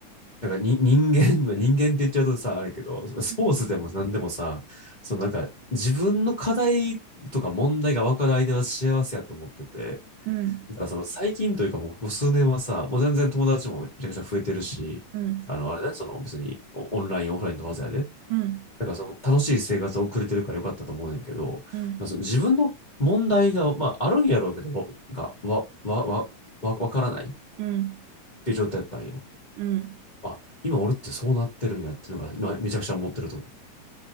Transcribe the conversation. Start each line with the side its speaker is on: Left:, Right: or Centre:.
Left: なんかに人間、まあ人間って言っちゃうとさ、あれけど、スポーツでも何でもさ、
Right: うん。
Left: そのなんか自分の課題とか問題が分かる相手は幸せやと思ってて、
Right: うん
Left: だからその最近というかもうここ数年はさ、もう全然友達もめちゃくちゃ増えてるし、
Right: うん、
Left: あの、あれね、その別にオオンライン、オフラインとわざやで、
Right: うん、
Left: なんかその楽しい生活を送れてるからよかったと思うねんけど、
Right: うん、
Left: なんかその自分の問題が、まああるんやろうけど、わが、わ、わ、わ、わ、わからないっ
Right: うん、
Left: ていう状態だったんよ。
Right: うん。
Left: あ、今俺ってそうなってるんやっていうのが、今めちゃくちゃ思ってるとこ。